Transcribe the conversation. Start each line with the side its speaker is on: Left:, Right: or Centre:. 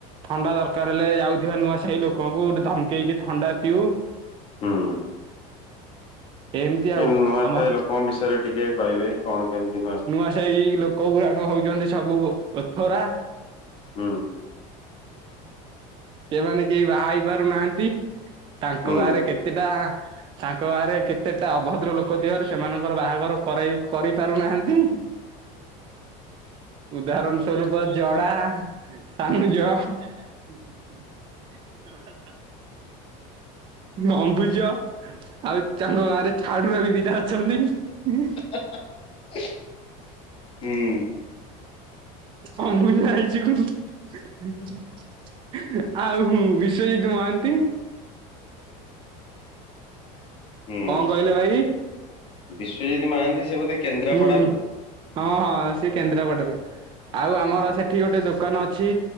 Right: ଥଣ୍ଡା ଦରକାର ହେଲେ ଯାଉଥିବା ନୂଆ ସାହି ଲୋକଙ୍କଠୁ ଧମକେଇକି ଥଣ୍ଡା ପିଉ।
Left: ହୁଁ।
Right: ଏମିତି
Left: କି
Right: ଆଉ
Left: ନୂଆ
Right: ଆମ
Left: ସାହି ଲୋକଙ୍କ ବିଷୟରେ ଟିକେ କହିବେ କଣ କେମିତି
Right: ନୂଆ ସାହି ଲୋକ କୋଉ ଗୁଡାକ ହଉଛନ୍ତି ସବୁ ଓଥରା।
Left: ହୁଁ।
Right: ସେମାନେ କେହି ବାହା ହେଇ ପାରୁନାହାନ୍ତି। ତାଙ୍କ
Left: ହୁଁ
Right: ଗାଁ ରେ କେତେଟା ତାଙ୍କ ଗାଁ ରେ କେତେଟା ଅଭଦ୍ର ଲୋକ ଥିବାରୁ ସେମାନଙ୍କର ବାହାଘର କରାଇ କରି ପାରୁନାହାନ୍ତି। ଉଦାହରଣ ସ୍ୱରୂପ ଜଡା, ସାନୁଜ ଜଡା <unintelligible> ଅମ୍ବୁଜ ଆଉ ତାଙ୍କ ଗାଁରେ ଛାଡୁର ବି ଦିଟା ଅଛନ୍ତି <unintelligible>
Left: <unintelligible> ହୁଁ।
Right: ଅମ୍ବୁଜ ଭାଇ ଚିକୁ <unintelligible> <unintelligible> ଆଉ ବିଶ୍ଵଜିତ୍ ମହାନ୍ତି।
Left: ହୁଁ
Right: କଣ କହିଲେ ଭାଇ
Left: ବିଶ୍ୱଜିତ ମହାନ୍ତି ସେ ବୋଧେ କେନ୍ଦ୍ରାପଡାରୁ?
Right: ହୁଁ <unintelligible> ହଁ, ହଁ ସେ କେନ୍ଦ୍ରାପଡାରୁ ଆଉ ଆମର
Left: ହୁଁ
Right: ସେ ସେଠି ଗୋଟେ ଦୋକାନ ଅଛି